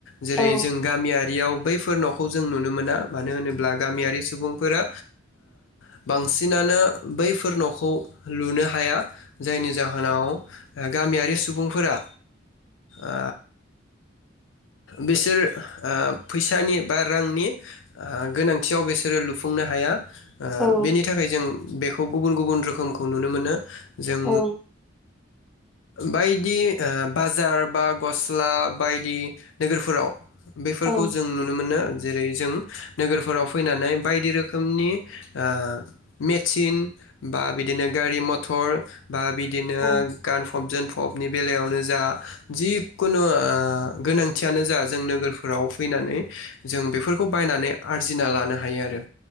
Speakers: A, on the left; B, in the centre.
A: जेरै
B: औ
A: जों गामियारि याव बैफोर न'खौ जों नुनो मोना मानो होनोब्ला गामियारि सुबुं फोरो ओ बांसिनानो बैफोर न'खौ लुनो हाया। जायनि जाहोनाव गामियारि सुबुंफोरा ओ बिसोर ओ फैसानि बा रांनि गोनांथियाव बिसोरो लुफुंनो हाया। ओ
B: ओं
A: बेनि थाखाय जों बेखौ खौ गुबुन गुबुन रोखोमखौ नुनो मोनो जों
B: ओं
A: बायदि ओ बाजार बा गस्ला बायदि नोगोरफोराव। बेफोरखौ
B: ओं
A: जों नुनो मोनो जेरै जों नोगोरफोराव फैनानै बायदि रोखोमनि ओ मेचिन बा बिदिनो गारि मथर। बा बिदिनो
B: औ
A: गानफब जोनफब नि बेलायावनो जा जिखुनु ओ गोनांथियानो जा जों नोगोरफोराव फैनानै जों बेफोरखौ बायनानै आरजिना लानो हायो आरो।